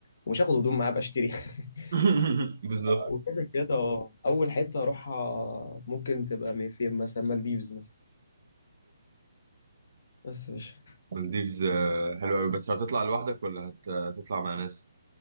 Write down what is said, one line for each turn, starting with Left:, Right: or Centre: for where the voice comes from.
Left: ومش هاخد هدوم معايا بشتري <laughs>
Right: <laughs> بالظبط
Left: وكده كده اه اول حته اروحها ممكن تبقى مي- فين مثلا مالديفز مثلا بس مش
Right: المالديفز آه، حلوة أوي بس هتطلع لوحدك ولا هت- هتطلع مع ناس؟